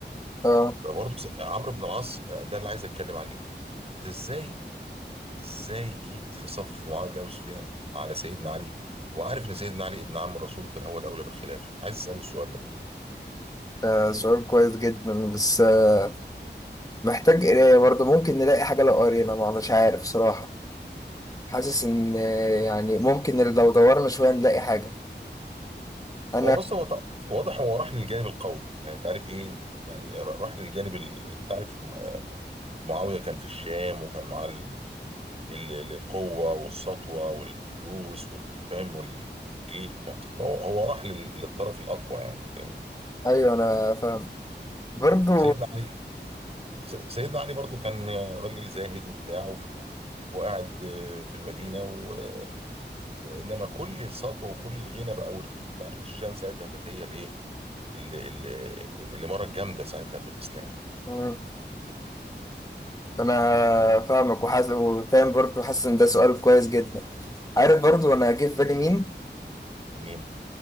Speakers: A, on the left; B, on the right.
A: اه
B: فبرضو س- عمرو بن العاص آه، ده اللي عايز اتكلم عليه انت ازاي ازاي جيت في صف معاويه بن ابي سفيان على سيدنا علي وعارف ان سيدنا علي ابن عم الرسول وكان هو الاولى بالخلافه عايز اسال السؤال ده
A: ده سؤال كويس جدا بس آه، محتاج قراية برضه ممكن نلاقي حاجة لو قرينا ما مش عارف صراحة حاسس ان آه، يعني ممكن لو دورنا شوية نلاقي حاجة انا
B: هو بص هو ط- واضح هو راح للجانب القوي يعني انت عارف ايه يعني ر- راح للجانب ال- تعرف معاوية كان في الشام وكان معاه ال- ال- ال- القوة والسطوة والفلوس والفهم وال- والجيش ف- فهو هو راح لل- للطرف الأقوى يعني فاهمني
A: ايوه انا فاهم برضو
B: سيدنا علي س- سيدنا علي برضو كان راجل زاهد وبتاع وف- وقاعد آه، في المدينة و- انما كل السطوة وكل الغنى بقى وال- أنت عارف الشام ساعتها كانت هي الايه ال- ال- الإمارة الجامدة ساعتها في الإسلام
A: مم. انا فاهمك وحاسس وفاهم برضو حاسس ان ده سؤال كويس جدا عارف برضو انا جه في بالي مين
B: مين؟